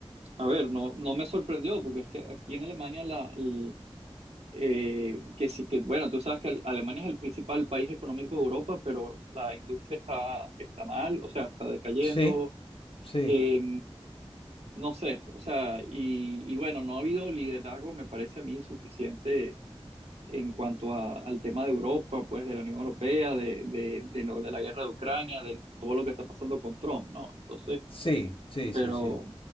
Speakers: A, on the right; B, on the left.
A: a ver, no, no me sorprendió, porque es que aquí en Alemania, la, el- eh, que sí, que bueno, tú sabes que Ale- Alemania es el principal país económico de Europa, pero la industria está, está mal, o sea, está decayendo.
B: sí, sí,
A: eh, no sé, o sea, y, y bueno, no ha habido liderazgo, me parece a mí, suficiente en cuanto a- al tema de Europa, pues de la Unión Europea, de, de, de lo de la guerra de Ucrania, de todo lo que está pasando con Trump, ¿no? Entonces.
B: sí, sí, sí,
A: Pero,
B: sí.